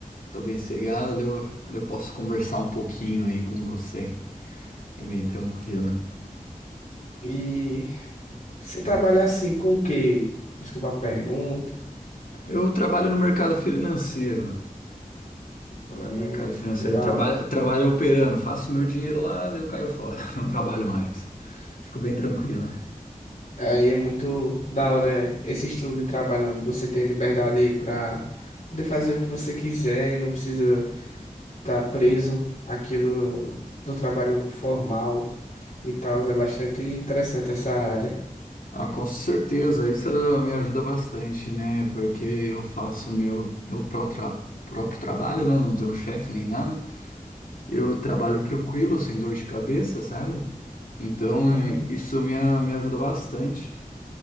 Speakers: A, on the left (about 75°); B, on the left (about 55°).
A: tô bem cegado, daí eu, daí eu posso conversar um pouquinho aí com você, é bem tranquilo.
B: E você trabalha assim com o quê? Desculpa a pergunta.
A: Eu trabalho no mercado financeiro, trabalho
B: Hum,
A: no mercado financeiro,
B: que da
A: eu trabalho,
B: hora.
A: trabalho operando, faço meu dinheiro lá, daí eu caio fora, <laughs> não trabalho mais. Fico bem tranquilo.
B: Aí é muito da hora esse estilo de trabalho onde você tem liberdade pra poder fazer o que você quiser e não precisa estar preso àquilo do trabalho formal e tal. É bastante interessante essa área.
A: Ah, com certeza, isso ah, me ajuda bastante, né? Porque eu faço o meu, meu pró- tra- próprio trabalho, né? Não tenho chefe nem nada. Eu trabalho tranquilo, sem dor de cabeça, sabe? Então,
B: Uhum,
A: eh, isso me, a- me ajuda bastante,